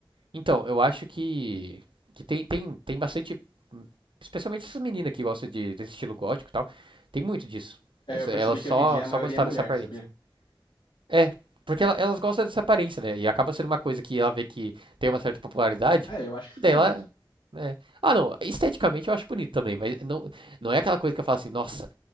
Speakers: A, on the right; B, on the left.
A: Então, eu acho que, que tem, tem, tem bastante. Especialmente essas meninas que gostam de, desse estilo gótico e tal. Tem muito disso.
B: É,
A: Essa,
B: eu percebi
A: elas
B: que
A: só,
B: hoje em dia
A: só
B: a maioria
A: gostaram
B: é mulher,
A: dessa aparência.
B: sabia?
A: É, porque ela- elas gostam dessa aparência, né? E acaba sendo uma coisa que ela vê que tem uma certa popularidade,
B: É, eu acho que fica
A: daí
B: bonito.
A: ela. né? Ah, não, esteticamente eu acho bonito também, mas não, não é aquela coisa que eu falo assim, nossa,